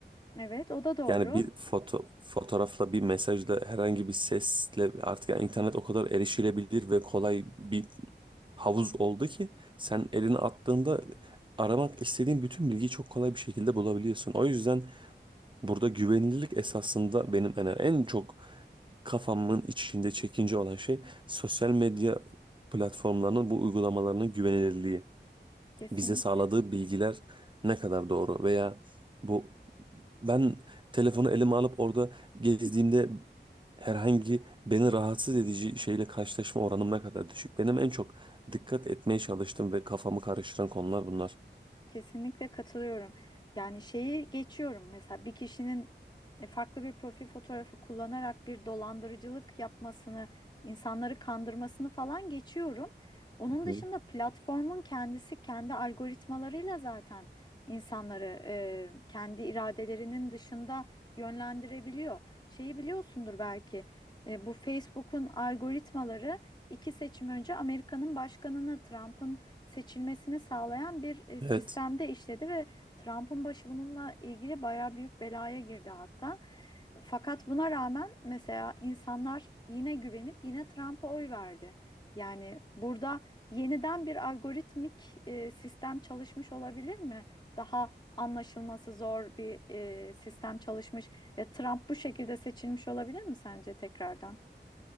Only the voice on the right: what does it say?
Yani bir foto, fotoğrafla, bir mesajla, herhangi bir sesle artık yani internet o kadar erişilebilir ve kolay bir havuz oldu ki sen elini attığında aramak istediğin bütün bilgiyi çok kolay bir şekilde bulabiliyorsun. O yüzden burada güvenilirlik esasında benim en, en çok kafamın içinde çekince olan şey sosyal medya platformlarının bu uygulamalarının güvenilirliği.
Bize sağladığı bilgiler ne kadar doğru veya bu ben telefonu elime alıp orada gezdiğimde herhangi beni rahatsız edici şeyle karşılaşma oranım ne kadar düşük. Benim en çok dikkat etmeye çalıştığım ve kafamı karıştıran konular bunlar.
Hı.
Evet,